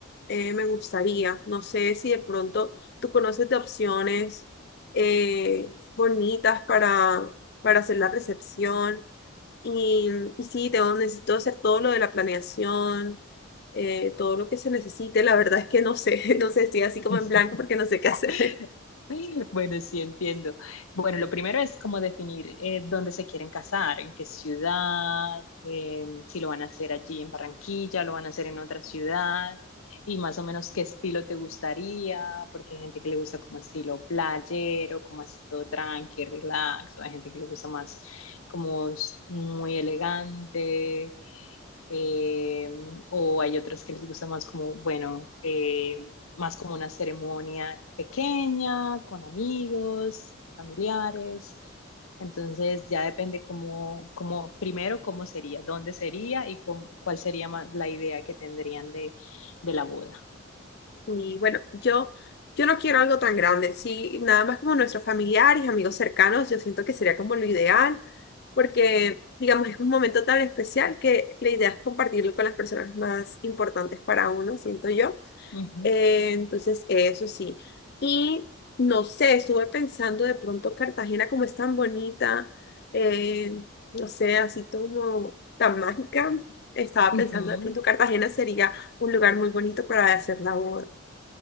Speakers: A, on the left; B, on the left.
A: eh, me gustaría. No sé si de pronto tú conoces de opciones eh, bonitas para, para hacer la recepción. Y, y sí, tengo, necesito hacer todo lo de la planeación, eh, todo lo que se necesite. La verdad es que no sé, <laughs> no sé, estoy así como
B: <laughs>
A: en blanco porque no sé qué hacer.
B: <laughs> Bueno, sí entiendo. Bueno, lo primero es como definir eh, dónde se quieren casar, en qué ciudad, eh, si lo van a hacer allí en Barranquilla, lo van a hacer en otra ciudad y más o menos qué estilo te gustaría, porque hay gente que le gusta como estilo playero, como así todo tranqui, relax, o hay gente que le gusta más como s- muy elegante. eh, o hay otros que les gusta más como, bueno, eh, más como una ceremonia pequeña, con amigos, familiares. Entonces ya depende cómo, cómo primero cómo sería, dónde sería y cómo- cuál sería ma- la idea que tendrían de, de la boda.
A: Y bueno, yo, yo no quiero algo tan grande, sí, nada más como nuestros familiares, amigos cercanos, yo siento que sería como lo ideal, porque digamos es un momento tan especial que la idea es compartirlo con las personas más importantes para uno, siento yo.
B: Ujú,
A: Eh, entonces, eso sí. Y no sé, estuve pensando de pronto Cartagena como es tan bonita, eh, no sé, así como tan mágica, estaba
B: ujú.
A: pensando de pronto Cartagena sería un lugar muy bonito para hacer la boda